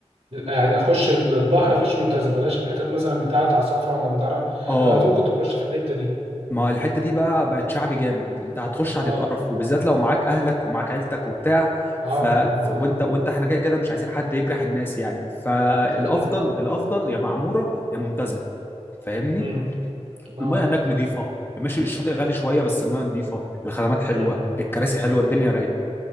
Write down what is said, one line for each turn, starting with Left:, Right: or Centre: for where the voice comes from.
Right: يعني اخش البحر اخش منتزه بلاش الحتت مثلا بتاعت عصافره ومندره
Left: اه
Right: انا على طول كنت بخش في الحته دي
Left: ما الحته دي بقى بقت شعبي جامد انت هتخش هتتقرف
Right: اه
Left: وبالذات لو معاك اهلك ومعاك عيلتك وبتاع
Right: اه
Left: ف...
Right: اه
Left: ف... وانت
Right: اه،
Left: وانت احنا كده كده مش عايزين حد يجرح الناس يعني فالافضل
Right: اكيد
Left: الافضل يا معموره يا منتزه فاهمني
Right: امم اه
Left: المياه هناك نظيفه ماشي الشاطئ غالي شويه بس المياه نظيفه الخدمات حلوه
Right: امم
Left: الكراسي حلوه الدنيا رايقه